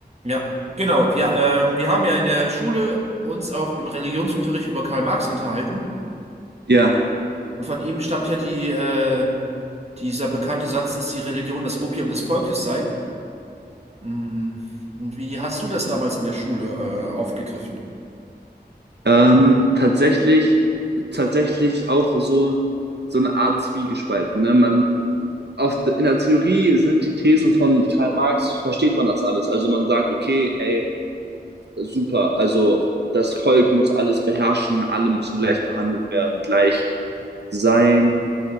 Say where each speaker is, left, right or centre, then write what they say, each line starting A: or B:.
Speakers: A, on the right (about 40°); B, on the right (about 80°).
A: Ja, genau. Wir, ähm, wir haben ja in der Schule uns auch im Religionsunterricht über Karl Marx unterhalten.
B: Ja,
A: Und von ihm stammt ja die, äh, dieser bekannte Satz, dass die Religion das Opium des Volkes sei. Mm. Und wie hast du das damals in der Schule, äh, aufgegriffen?
B: ähm, tatsächlich, tatsächlich auch so, so eine Art Zwiegespalt. Ne? Man, oft in der Theorie sind die Thesen von Karl Marx, versteht man das alles. Also man sagt, okay, ey, super, also das Volk muss alles beherrschen, alle müssen gleich behandelt werden, gleich sein.